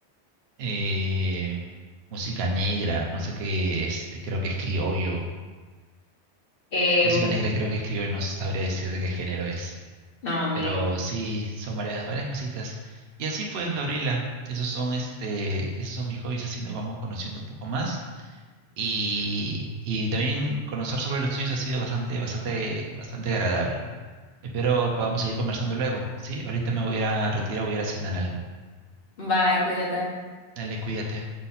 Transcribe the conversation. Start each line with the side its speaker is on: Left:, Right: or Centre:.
Right: eh, música negra, no sé qué, este, creo que es criollo
Left: Eh,
Right: Música negra creo que escribo y no sabría decir de qué género es.
Left: no, ni.
Right: Pero sí, son varias, varias cositas. Y así pues, Gabriela, esos son este, esos son mis hobbies, así nos vamos conociendo un poco más. Y, y también conocer sobre los tuyos ha sido bastante, bastante, bastante agradable. Espero podamos seguir conversando luego, ¿sí? Ahorita me voy a ir a retirar, voy a ir a cenar algo.
Left: Bye, cuídate.
Right: Dale, cuídate.